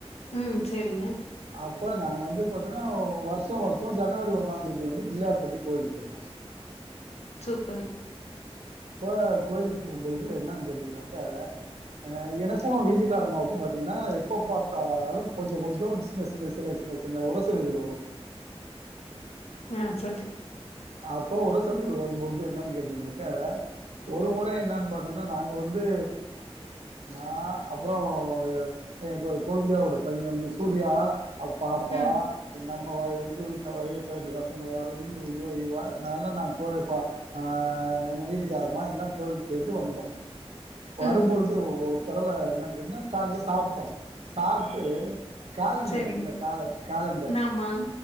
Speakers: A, on the left; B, on the right.
A: ம் செரிங்க
B: அப்ப நாங்க வந்து பாத்தன்னா வருஷம் வருஷம் ஜனவரி ஒன்னாந்தேதி வந்து பிள்ளையார்பட்டி கோயிலுக்கு போயிருவோ
A: சூப்பர்
B: அப்ப கோயிலுக்கு போகும்பொழுது என்னன்னு கேட்டீங்கன்னாக்கா ஆ எனக்கும் வீட்டுக்காரம்மாவுக்கும் பாத்தீங்கன்னா எப்ப பாத்தாலும் கொஞ்ச கொஞ்ச சின்ன சின்ன சின்ன சின்ன சின்ன உரசுகள் வரும்
A: ஆ சொல்லு
B: அப்போ உரசல்கள் வரும்பொழுது என்னன்னு கேட்டீங்கனாக்க ஒரு முறைஎன்னன்னு பாத்தீங்கன்னா நாங்க வந்து நான் அப்றம் என் கொழுந்தியாவோட பையன் வந்து சூர்யா அவ பாப்பா
A: ம்
B: என்ன எங்க வீட்ல வா ரெண்டு பசங்க வரும் இவா நல்ல நான் கோ பா ஆ.. எங்க வீட்டுக்காரமா எல்லா கோயிலுக்கு போயிட்டு வந்தோம்
A: ம்
B: வரும்பொழுது தரவ என்னு <unintelligible> சாப்ட்டோம் சாப்ட்டு கேலண்டர்
A: சரிங்க
B: இருக்குல்ல கால கேலண்டர்
A: ஆமா